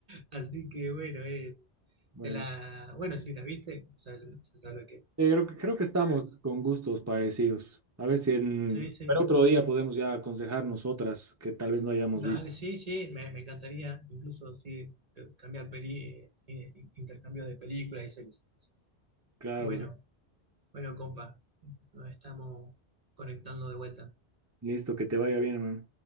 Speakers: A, on the right; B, on the right.
A: Así que bueno, es.
B: Bueno.
A: Te la. Bueno, si la viste, o sea, se sabe lo que es.
B: Eh, creo que, creo que estamos con gustos parecidos. A ver si en...
A: Sí, sí.
B: Pero otro día podemos ya aconsejarnos otras que tal vez no hayamos
A: Dale,
B: visto.
A: sí, sí, me, me encantaría, incluso sí, cambiar peli, eh, eh, intercambio de películas y series.
B: Claro,
A: Bueno,
B: pues,
A: bueno, compa, nos estamos conectando de vuelta.
B: listo, que te vaya bien, hermano.